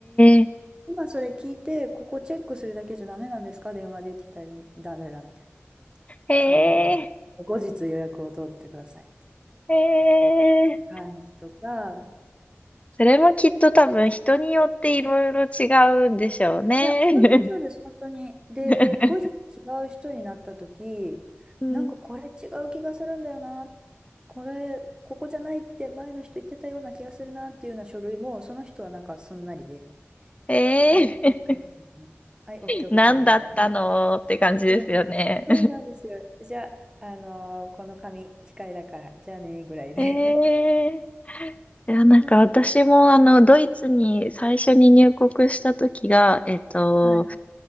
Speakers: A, on the left; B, on the right.
A: え、
B: 今それ聞いて、ここチェックするだけじゃダメなんですか電話でって言ったら、ダメだみたいな。
A: へえ、
B: あの、後日予約を取ってくださいみたい
A: へえ。
B: な感じとか、
A: それもきっと多分人によっていろいろ違うんでしょうね。
B: いや、本当にそうです、本当に。で、
A: <laughs>
B: 後日違う人になった時、
A: うん、
B: なんかこれ違う気がするんだよな、これ、ここじゃないって前の人言ってたような気がするなっていうような書類も、その人はなんかそんなりで、
A: へえ。
B: はい、はい、みたいなはい、オッケーオッケーみたい
A: 何だったのって感じですよね。
B: な。<laughs> そうなんですよ。
A: <laughs>
B: じゃあ、あのーこの紙、控えだから、じゃあね、ぐらいで。
A: ええいや、なんか私もあの、
B: <laughs> うん、
A: ドイツに最初に入国した時が、えっと、
B: はい、